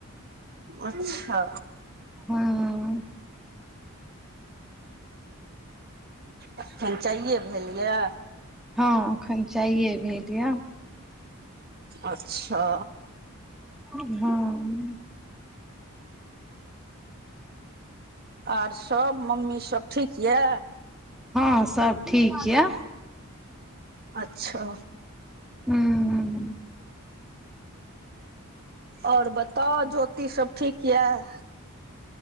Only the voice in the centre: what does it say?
हँ
हँ अखन चाइए भेल यऽ
हँ
हँ सब ठीक य
हूँ